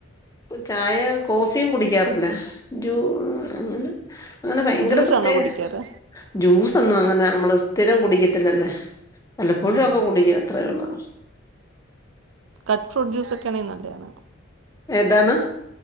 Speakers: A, on the left (about 15°); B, on the right (about 75°).
A: ചായ കോഫിയും കുടിക്കാറില്ല ജൂ <unintelligible> അങ്ങനെ ഭയങ്കര
B: ജ്യൂസാണോ
A: പ്രത്യേക
B: കുടിക്കാറ്
A: ജ്യൂസൊന്നും അങ്ങനെ നമ്മള് സ്ഥിരം കുടിക്കത്തില്ലല്ല. എപ്പോഴുക്കെ
B: ഉം
A: കുടിക്കും അത്രേയുള്ള്.
B: കട്ട് ഫ്രൂട്ട് ജ്യൂസൊക്കെയാണേ നല്ലയാണ്.
A: ഏതാണ്